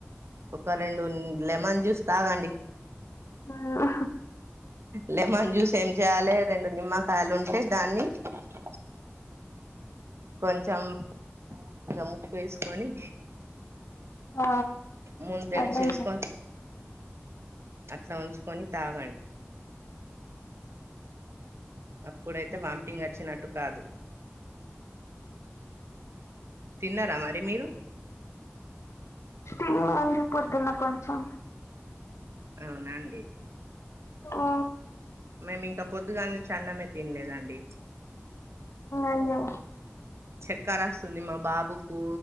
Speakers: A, on the right; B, on the left.
A: ఒక రెండు లెమన్ జ్యూస్ తాగండి
B: అ
A: లెమన్ జ్యూస్ ఏం చేయాలి రెండు నిమ్మకాయలు ఉంటే దాన్ని అే కొంచెం కొంచెం ఉప్పు వేసుకొని
B: ఆ
A: ముంతడు
B: అదే
A: చేసుకొని అట్లా ఉంచుకొని తాగండి అప్పుడైతే వామిటింగ్ వచ్చినట్టు కాదు తిన్నారా మరి మీరు
B: తిన్నా అండి పొద్దున్న కొంచెం
A: అవునా అండి
B: ఆ
A: మేము ఇంకా పొద్దుగాల నుంచి అన్నమే తినలేదండి
B: అయ్యో
A: చెక్కర వస్తుంది మా బాబుకు